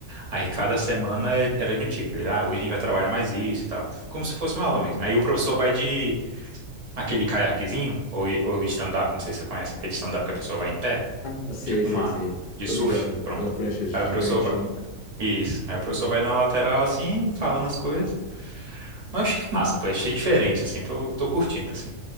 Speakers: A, on the right; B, on the left.
A: Aí cada semana é- era de um tipo, ah, hoje a gente vai trabalhar mais isso e tal, como se fosse uma aula mesmo. Aí o professor vai de aquele caiaquezinho, ou, ou stand-up, não sei se você conhece, aquele stand-up que a pessoa vai em pé
B: Ah, sei,
A: tipo
B: sei,
A: uma
B: sei.
A: de
B: Tô
A: surf,
B: ligado.
A: pronto.
B: Pela prancha gigante,
A: Aí o professor vai,
B: né?
A: isso. Aí o professor
B: Hum.
A: vai na lateral assim, falando as coisas. Mas eu achei massa, pô, achei diferente assim, tô, tô curtindo assim.